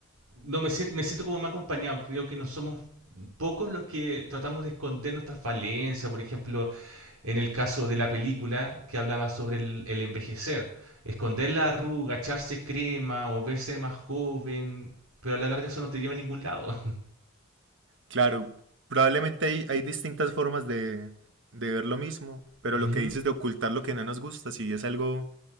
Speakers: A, on the right (about 85°); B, on the right (about 60°).
A: no, me, siento me siento como más acompañado. Creo que no somos pocos los que tratamos de esconder nuestras falencias. Por ejemplo, en el caso de la película que hablaba sobre el, el envejecer. Esconder la arruga, echarse crema o verse más joven. Pero a la larga eso no te lleva a ningún lado.
B: Claro, probablemente hay, hay distintas formas de, de ver lo mismo,
A: <laughs>
B: pero lo
A: Ujú.
B: que dices de ocultar lo que no nos gusta, sí es algo